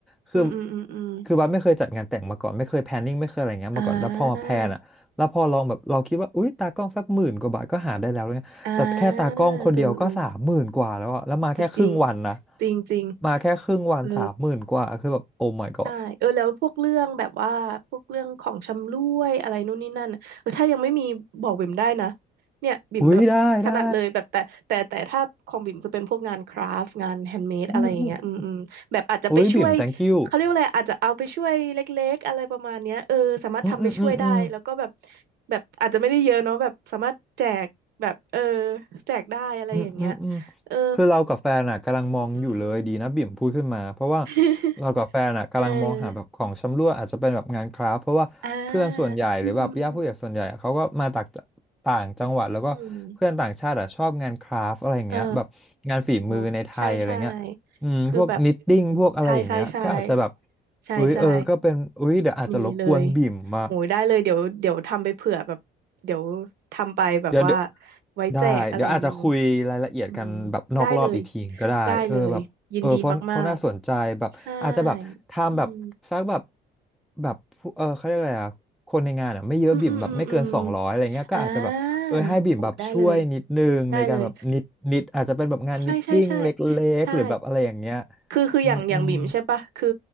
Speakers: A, in the centre; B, on the right.
A: คือ
B: มอืมอืมอืมอืม
A: คือบัสไม่เคยจัดงานแต่งมาก่อนไม่เคยแพลนนิ่งไม่เคยอะไรเงี้ยมาก่อนแล้วพอมาแพลนอ่ะแล้วพอลองแบบเราคิดว่าอุ้ยตากล้องสักหมื่นกว่าบาทก็หาได้แล้วเลยแต่แค่ตากล้องคนเดียวก็สามหมื่นกว่าแล้วอ่ะแล้วมาแค่ครึ่งวันนะ
B: อ่าอ่าเออเออจริงจริงจริง
A: มาแค่ครึ่งวันสามหมื่นกว่าคือแบบโอ้
B: เออ
A: my god
B: ใช่เออแล้วพวกเรื่องแบบว่าพวกเรื่องของชำร่วยอะไรนู่นนี่นั่นน่ะเออถ้ายังไม่มีบอกบิ่มได้นะเนี่ยบิ่มแบบถนัดเลยแบบแต่แต่แต่ถ้าของบิ่มจะเป็นพวกงานคราฟต์งานแฮนด์เมดอะไรอย่างเงี้ยอืมอืมแบบอาจจะไปช่วย
A: อุ้ยได้ได้อืมอืมอุ้ยบิ่ม thank you
B: เขาเรียกว่าอะไรอาจจะเอาไปช่วยเล็กๆอะไรประมาณเนี้ยเออสามารถทำไปช่วยได้แล้วก็แบบ
A: อืมอืมอืมอืม
B: แบบอาจจะไม่ได้เยอะเนาะแบบสามารถแจกแบบเออแจกได้อะไรอย่างเงี้ย
A: อืมอืมอืม
B: เออ
A: คือเรากับแฟนอ่ะกำลังมองอยู่เลยดีนะบิ่มพูดขึ้นมาเพราะว่า
B: อืมอืมอืม <laughs>
A: เรากับแฟนอ่ะกำลังมองหาแบบของชำร่วยอาจจะเป็นแบบงานคราฟต์เพราะว่าเพื่อนส่วนใหญ่หรือแบบญาติผู้ใหญ่ส่วนใหญ่อะเขาก็มาจาก
B: เอออ่าอืมอืมอืม
A: ต่างจังหวัดแล้วก็เพื่อนต่างชาติอ่ะชอบงานคราฟต์อะไรอย่างเงี้ยแบบงานฝีมือในไทยอะไรเงี้ยอืมพวกนิตติ้งพวกอะไรอย่างเงี้ยก็อาจจะแบบ
B: อืมเออเนาะใช่ใช่คือแบบใช่ใช่ใช่ใช่ใช่
A: อุ้ยเออก็เป็นอุ้ยเดี๋ยวอาจจะรบกวนบิ่มมา
B: มีเลยโหยได้เลยเดี๋ยวเดี๋ยวทำไปเผื่อแบบเดี๋ยวทำไปแบบว่า
A: เดี๋ยวเดี๋ยว
B: ไว้แจกอะไรอย่างนี้เนาะ
A: ได้เดี๋ยวอาจจะคุยรายละเอียดกันแบบนอกรอบอีกทีก็ได้เออแบบเออเพราะเพราะน่าสนใจแบบอาจจะแบบทำแบบสักแบบ
B: อืมได้เลยได้เลยยินดีมากๆใช่อืม
A: แบบผู้เออเขาเรียกอะไรอ่ะคนในงานอ่ะไม่เยอะบิ่มแบบไม่เกินสองร้อยอะไรเงี้ยก็อาจจะแบบเออให้บิ่มแบบช่วยนิดนึงในการแบบนิดนิดอาจจะเป็นแบบงานนิตติ้งเล็กๆหรือแบบอะไรอย่างเงี้ย
B: อืมอืมอืมอืมอ่าโหได้เลยได้เลยใช่ใช่ใช่ใช่ คือคืออย่างอย่างบิ่มใช่ปะคือ
A: อืมอืม